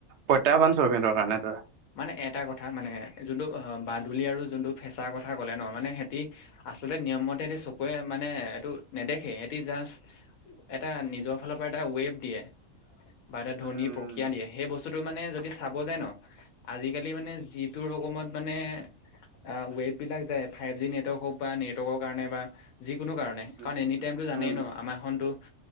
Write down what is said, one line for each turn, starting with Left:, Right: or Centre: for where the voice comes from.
Right: প্ৰত্যাহ্বান চৰুপ সিহঁতৰ। কাৰণে এইটো
Left: মানে এটা কথা মানে যোনটো অ', বাদ দূলি আৰু যোনটো ফেঁচাৰ কথা ক'লে ন, মানে সেহঁতি আচলতে নিয়মতে চকুৱে মানে এইটো নেদ দেখে, সিহঁতি জাষ্ট, এটা নিজৰ ফালৰ পৰা এটা ৱেব দিয়ে। বা এটা ধ্বনি
Right: উম
Left: প্ৰক্ৰিয়া দিয়ে, সেই বস্তুতোটো মানে যদি চাব যায় ন' আজিকালি মানে যিটো ৰকমত মানে অ, ৱেব বিলাক যায় ফাইভ জি নেটৱৰ্ক হওক বা, নেটৱৰ্কৰ কাৰণে বা যি কোনো কাৰণ নাই,
Right: উম
Left: কাৰণ এনি টাইমটো জানেই
Right: উম
Left: ন' আমাৰ খনতো